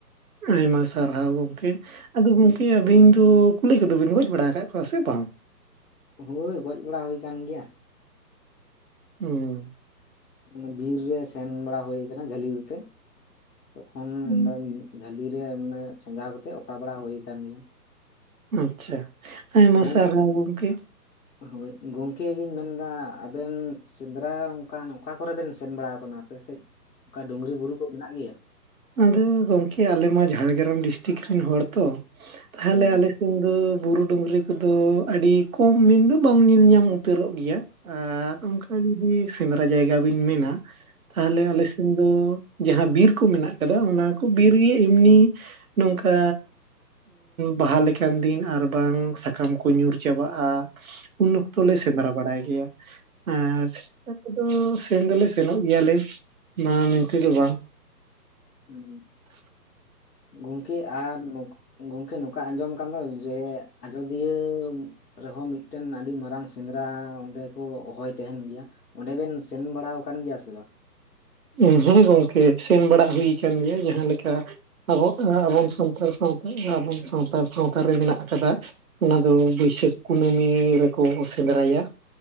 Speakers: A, on the right; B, on the left.
A: ᱟᱭᱢᱟ ᱥᱟᱨᱦᱟᱣ ᱜᱚᱝᱠᱮ, ᱟᱫᱚ ᱜᱚᱝᱠᱮ ᱟᱹᱵᱤᱱ ᱫᱚ ᱠᱩᱞᱟᱹᱭ ᱠᱚᱫᱚ ᱵᱤᱱ ᱜᱚᱡ ᱵᱟᱲᱟ ᱟᱠᱟᱫ ᱠᱚᱣᱟ ᱥᱮ ᱵᱟᱝ?
B: ᱦᱳᱭ ᱜᱚᱡ ᱵᱟᱲᱟ ᱦᱩᱭ ᱟᱠᱟᱱ ᱜᱮᱭᱟ᱾
A: ᱦᱩᱸ
B: ᱢᱟᱱᱮ ᱵᱤᱨ ᱨᱮ ᱥᱮᱱ ᱵᱟᱲᱟ ᱦᱩᱭ ᱟᱠᱟᱱᱟ ᱡᱷᱟᱹᱞᱤ ᱟᱛᱮᱛ ᱛᱚᱠᱷᱚᱱ
A: ᱦᱩᱸ
B: ᱚᱸᱰᱮ ᱡᱷᱟᱹᱞᱤ ᱨᱮ ᱢᱟᱱᱮ ᱥᱟᱡᱟᱣ ᱠᱟᱛᱮᱜ ᱚᱛᱟ ᱵᱟᱲᱟ ᱦᱩᱭ ᱟᱠᱟᱱ ᱜᱮᱭᱟ᱾
A: ᱟᱪᱪᱷᱟ ᱟᱭᱢᱟ
B: ᱜᱚᱝ
A: ᱥᱟᱨᱦᱟᱣ ᱜᱚᱝᱠᱮ᱾
B: ᱦᱳᱭ ᱜᱚᱢᱠᱮ ᱞᱤᱧ ᱢᱮᱱᱫᱟ ᱟᱵᱮᱱ᱾ ᱥᱮᱸᱫᱽᱨᱟ ᱚᱱᱠᱟᱱ ᱚᱠᱟ ᱠᱚᱨᱮ ᱵᱮᱱ ᱥᱮᱱ ᱵᱟᱲᱟ ᱟᱠᱟᱱᱟ? ᱟᱯᱮᱥᱮᱫ, ᱚᱱᱠᱟ ᱰᱩᱝᱨᱤ ᱵᱩᱨᱩ ᱠᱚ ᱢᱮᱱᱟᱜ ᱜᱮᱭᱟ?
A: ᱟᱫᱚ ᱜᱚᱝᱠᱮ ᱟᱞᱮᱢᱟ ᱡᱷᱟᱲᱜᱨᱟᱢ ᱰᱤᱥᱴᱤᱠ ᱨᱮᱱ ᱦᱚᱲ ᱛᱚ, ᱛᱟᱦᱚᱞᱮ
B: ᱦᱮᱸ
A: ᱟᱞᱮ ᱥᱮᱱ ᱫᱚ ᱵᱩᱨᱩ ᱰᱩᱝᱨᱤ ᱠᱚᱫᱚ ᱟᱹᱰᱤ ᱠᱚᱢ ᱢᱮᱱ ᱫᱚ ᱵᱟᱝ ᱧᱮᱞ ᱧᱟᱢ ᱩᱛᱟᱹᱨᱚᱜ ᱜᱮᱭᱟ ᱟᱨ ᱚᱱᱠᱟ ᱡᱩᱫᱤ ᱥᱮᱸᱫᱽᱨᱟ ᱡᱟᱭᱜᱟ ᱵᱤᱱ ᱢᱮᱱᱟ ᱛᱟᱦᱚᱞᱮ ᱟᱞᱮ ᱥᱮᱫ ᱫᱚ ᱡᱟᱦᱟᱸ ᱵᱤᱨ ᱠᱚ ᱢᱮᱱᱟᱜ ᱟᱠᱟᱫᱟ ᱚᱱᱟ ᱠᱚ ᱵᱤᱨ ᱜᱮ ᱤᱢᱱᱤ ᱱᱚᱝᱠᱟ ᱵᱟᱦᱟ ᱞᱮᱠᱟᱱ ᱫᱤᱱ, ᱟᱨᱵᱟᱝ ᱥᱟᱠᱟᱢ ᱠᱚ ᱧᱩᱨ ᱪᱟᱵᱟᱜ-ᱟ᱾ ᱩᱱ ᱚᱠᱛᱚ ᱞᱮ ᱥᱮᱸᱫᱽᱨᱟ ᱵᱟᱲᱟᱭ ᱜᱮᱭᱟ᱾ ᱟᱨ ᱚᱠᱟ ᱠᱚᱫᱚ ᱥᱮᱱ ᱫᱚᱞᱮ ᱥᱮᱱᱚᱜ ᱜᱮᱭᱟᱞᱮ ᱚᱱᱟ ᱢᱮᱱᱛᱮ ᱫᱚ ᱵᱟᱝ᱾
B: ᱩᱢ ᱜᱚᱢᱠᱮ ᱟᱨ ᱜᱚᱢᱠᱮ ᱱᱚᱝᱠᱟ ᱟᱸᱡᱚᱢ ᱠᱟᱱ ᱫᱚ ᱡᱮ, ᱟᱡᱚᱫᱤᱭᱟᱹ ᱨᱮᱦᱚᱸ ᱢᱤᱫᱴᱮᱱ ᱟᱹᱰᱤ ᱢᱟᱨᱟᱝ ᱥᱮᱸᱫᱽᱨᱟ, ᱚᱸᱰᱮ ᱠᱚ ᱦᱚᱦᱚᱭ ᱛᱟᱦᱮᱱ ᱜᱮᱭᱟ ᱚᱸᱰᱮ ᱵᱮᱱ ᱥᱮᱱ ᱵᱟᱲᱟ ᱟᱠᱟᱱ ᱜᱮᱭᱟ ᱥᱮ ᱵᱟᱝ?
A: ᱦᱮᱸ ᱜᱚᱝᱠᱮ ᱥᱮᱱ ᱵᱟᱲᱟ ᱦᱩᱭ ᱟᱠᱟᱱ ᱜᱮᱭᱟ ᱡᱟᱦᱟᱸ ᱞᱮᱠᱟ᱾ ᱟᱵᱚᱜ ᱟᱵᱚᱱ ᱥᱟᱱᱛᱟᱲ ᱥᱟᱶᱛᱟ ᱟᱵᱚᱱ ᱥᱟᱱᱛᱟᱲ ᱥᱟᱶᱛᱟ ᱨᱮ ᱢᱮᱱᱟᱜ ᱟᱠᱟᱫᱟ᱾ ᱚᱱᱟ ᱫᱚ ᱵᱟᱹᱭᱥᱟᱹᱠᱷ ᱠᱩᱱᱟᱹᱢᱤ ᱨᱮᱠᱚ ᱥᱮᱸᱫᱽᱨᱟᱭᱟ,